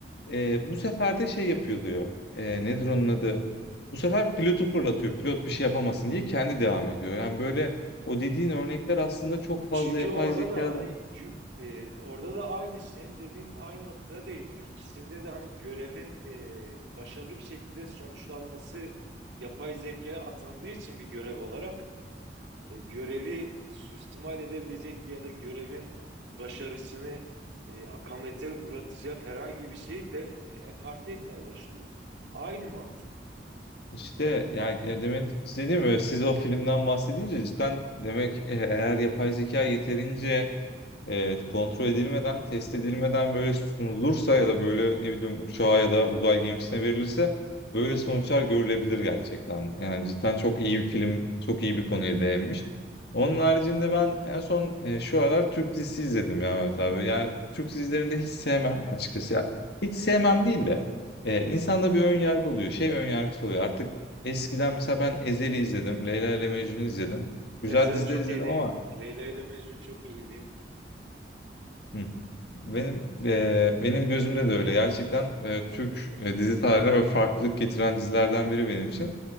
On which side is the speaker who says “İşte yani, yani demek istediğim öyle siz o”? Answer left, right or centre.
Left